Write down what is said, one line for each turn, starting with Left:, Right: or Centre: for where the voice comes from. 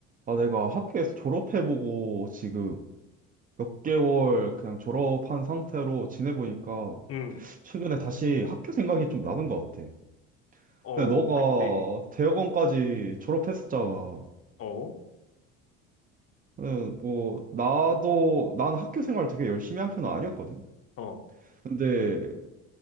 Right: 아, 내가 학교에서 졸업해보고 지금 몇 개월 그냥 졸업한 상태로 지내보니까
Left: 응,
Right: 최근에 다시 학교 생각이 좀 나는 것 같아.
Left: 어,
Right: 근데 너가
Left: 그치.
Right: 대학원까지 졸업했었잖아.
Left: 어,
Right: 응, 뭐, 나도, 난 학교 생활 되게 열심히 한 편은 아니었거든?
Left: 어,
Right: 근데